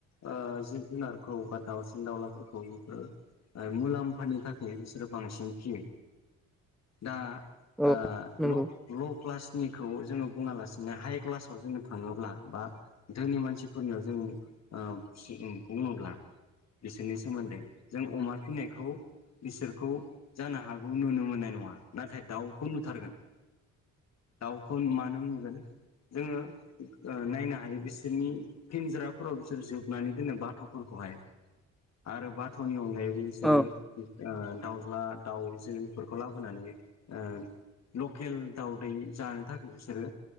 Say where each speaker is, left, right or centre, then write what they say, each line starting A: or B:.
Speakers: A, on the left; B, in the centre.
A: ओ जिब जुनारखौ बा दावसिन दाउलाफोरखौ ओ ओ मुलाम्फानि थाखाय बिसोरो बांसिन फियो। दा
B: औ
A: आ
B: नंगौ
A: ल ल' क्लासनिखौ जोङो बुङालासिनो हाइ क्लासाव जोङो थाङोब्ला बा धोनि मानसिफोरनियाव जों ओ फि उम बुङोब्ला बिसोरनि सोमोन्दै जों अमा फिनायखौ बिसोरखौ जानो हागौ नुनो मोननाय नङा नाथाय दाउखौ नुथारगोन दाउखौ मानो नुगोन जोङो ओ नायनो हायो बिसोरनि फिनज्राफोराव बिसोर जोबनानै दोनो बाथ'फोरखौहाय। आरो बाथ'नि अनगायैबो बिसोरो
B: औ
A: ओ दाउज्ला दाउ ज बेफोरखौ लाबोनानै ओ लकेल दाउदै जानो थाखाय बिसोरो